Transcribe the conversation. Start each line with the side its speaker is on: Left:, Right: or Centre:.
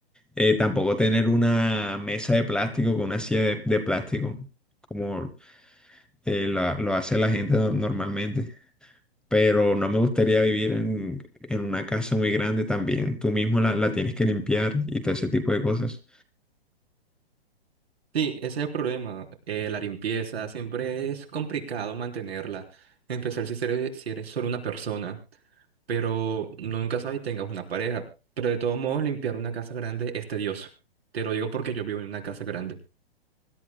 Centre: Eh, tampoco tener una mesa de plástico con una silla de, de plástico, como eh, la- lo hace la gente no- normalmente. Pero no me gustaría vivir en, en una casa muy grande también. Tú mismo la, la tienes que limpiar y todo ese tipo de cosas.
Right: Sí, ese es el problema. eh, la limpieza siempre es complicado mantenerla. Empezar si eres, si eres solo una persona. pero uno nunca sabes si tengas una pareja. Pero de todos modos, limpiar una casa grande es tedioso. Te lo digo porque yo vivo en una casa grande.